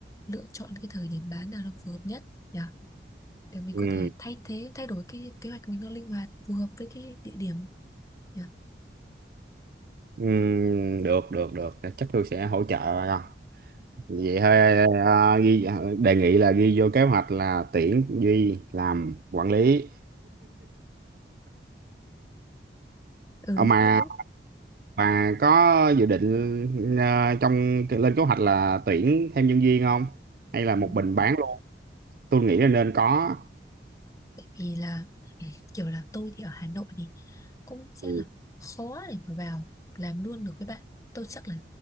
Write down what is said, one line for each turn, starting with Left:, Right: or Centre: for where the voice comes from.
Left: lựa chọn cái thời điểm bán nào nó phù hợp nhất nhỉ để mình
Right: Ừ.
Left: có thể thay thế thay đổi cái kế hoạch mình nó linh hoạt phù hợp với cái địa điểm nhỉ
Right: Ừ. được được được chắc tôi sẽ hỗ trợ bà vậy thôi à, ghi đề nghị là ghi vô kế hoạch là tuyển Duy làm quản lý
Left: ừ
Right: Ờ,
Left: đúng
Right: mà
Left: đúng đúng
Right: bà có dự định à, trong lên kế hoạch là tuyển thêm nhân viên không hay là một
Left: ừ.
Right: mình bán luôn tôi nghĩ là nên có
Left: Tại vì là ừ, kiểu là tôi thì ở Hà Nội thì cũng sẽ
Right: Ừ.
Left: là khó để mà vào làm luôn được với bạn. Tôi chắc là